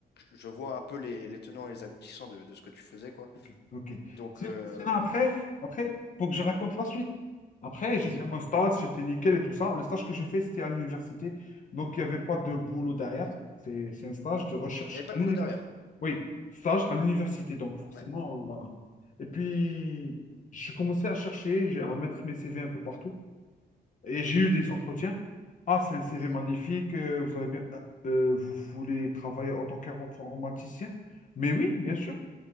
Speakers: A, on the left; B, on the left.
A: je vois un peu les, les tenants
B: Ok.
A: et les aboutissants de, de ce que tu faisais, quoi.
B: Ok, ok.
A: Donc,
B: Sin-
A: euh,
B: Sinon, après,
A: ouais, ouais.
B: après, faut que je raconte la suite. Après,
A: Vas-y.
B: j'ai fait mon stage, c'était nickel et tout ça. Le stage que j'ai fait, c'était à l'université. Donc, il n'y avait pas de boulot derrière. C'est, c'est un stage de recherche
A: Il n'y avait pas
B: à
A: de
B: l'université.
A: boulot derrière.
B: Oui, stage à l'université. Donc, forcément,
A: Ouais.
B: voilà. Et puis, je commençais à chercher, j'ai- à mettre mes CV un peu partout. Et j'ai eu des
A: Mhm,
B: entretiens. Ah, c'est un CV
A: mhm.
B: magnifique. euh, Vous avez bien, euh, euh, vous voulez travailler en tant qu'informaticien? Mais oui, bien sûr.